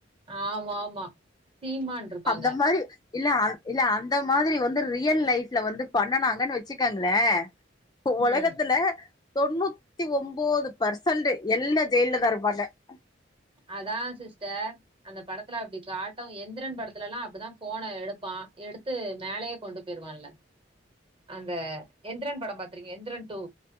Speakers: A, on the right; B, on the left.
A: ஆமாமா சீமான் இருப்பாங்க
B: அந்த மாரி இல்ல அந் இல்ல அந்த மாதிரி வந்து ரியல் லைஃப்ல வந்து பண்ணுனாங்கன் வச்சுக்கங்களே இந்த ஒலகத்துல
A: ம்
B: தொண்ணூத்தி ஒம்போது பர்சன்ட்டு எல்லா ஜெயில்லதா இருப்பாங்க அ
A: அதான் சிஸ்டர் அந்த படத்துல அப்படி காட்டும் எந்திரன் படத்துல எல்லா அப்படிதா ஃபோன எடுப்பா எடுத்து மேலயே கொண்டு போயிருவான்ல அந்த எந்திரன் படம் பாத்துறீங்க எந்திரன் டூ